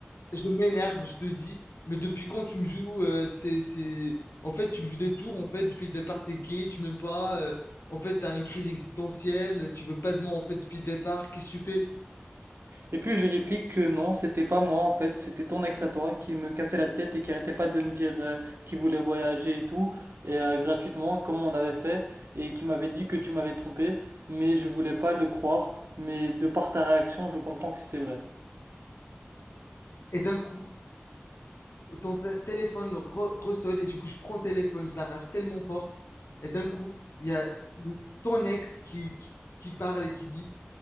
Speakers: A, on the left (about 80°); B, on the right (about 70°).
A: je m'énerve, je te dis, mais depuis quand tu me joues euh, c'est, c'est... En fait, tu me joues des tours, en fait, depuis le départ, t'es gay, tu m'aimes pas, euh, en fait, t'as une crise existentielle, tu veux pas de moi, en fait, depuis le départ, qu'est-ce que tu fais?
B: Et puis je réplique que non, c'était pas moi en fait, c'était ton ex à toi qui me cassait la tête et qui arrêtait pas de me dire euh, qu'il voulait voyager et tout, et euh, gratuitement, comme on avait fait, et qui m'avait dit que tu m'avais trompé, mais je voulais pas le croire, mais de par ta réaction, je comprends que c'était vrai.
A: Et d'un coup, ton s- téléphone re- ressonne, et du coup, je prends le téléphone, je l'arrache tellement fort, et d'un coup, il y a une- ton ex qui, qui, qui parle et qui dit,